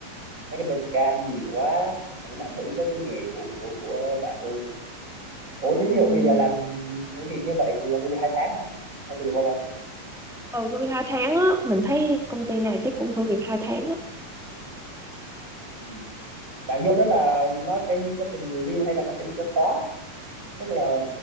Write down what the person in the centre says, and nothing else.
ừ
Ừ, tôi hai tháng á, mình thấy công ty này chắc cũng thử việc hai tháng á.